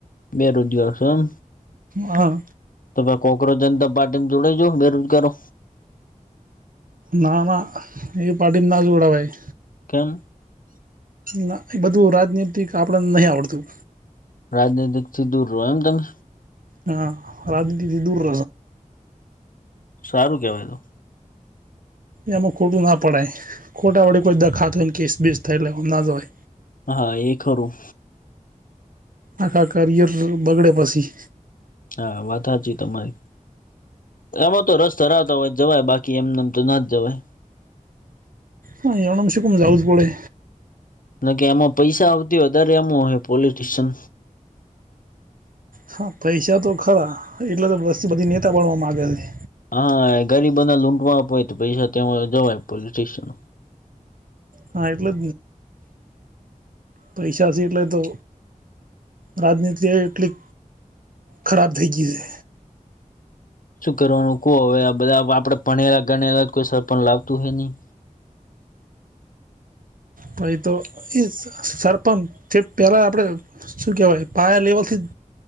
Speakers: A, on the left; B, on the right.
A: બેરોજગાર સો એમ
B: હા
A: <unintelligible> કોકરોજ જનતા પાર્ટી જોડાઈ જો બેરોજગારો
B: ના ના એ પાર્ટીમાં ના જોડાવાય
A: કેમ
B: ના એ બધું રાજનેતિક આપડને નહી આવડતું
A: રાજનૈતિકથી દૂર રહો એમતમે
B: હા રાજનીતિથી દૂર
A: સારું કેવાય તો
B: એમાં ખોટું ના પડાય ખોટા વડે કોઈ દખાત હોય ને કેસ બેસ થય એમ ના જવાય
A: હા એ ખરું
B: આખા કરિયરનુ બગડે પછી
A: હા વાત હાચી તમારી એમાં તો રસ હોય જવાય બાકી એમને એમ તો ના જવાય
B: હા <unintelligible> જાવું જ પડે
A: ના કે એમાં પૈસા આવતી વધારે એમ હોય પોલિટશિયન
B: હા પૈસા તો ખરા એટલે તો બધી નેતા બણવા મામાંગે છે
A: હા ગરીબો ને લૂંટવા આપ હોય તો પૈસા ત્યા જવાય પોલીસ સ્ટેશન
B: હા એટલે પૈસે એટલે તો રાજનીતિ એટલી ખરાબ થઈ ગઈ છે
A: શું કરવાનું કોવો હવે બધા આપડે ભણેલા ગણેલા જ કોઈ સર પણણ લાવતું હોય નહી
B: પાઈ તો એ સરપંચ છે પહેલાં આપણે શું કહેવાય પાયર લેવલથી જ